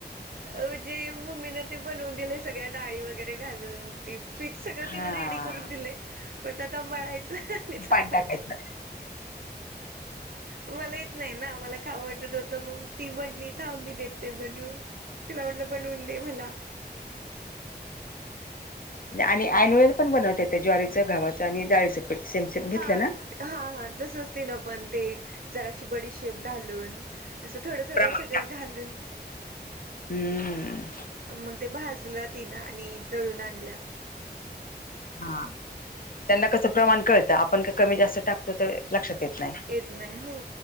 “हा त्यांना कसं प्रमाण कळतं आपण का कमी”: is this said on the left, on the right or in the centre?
Left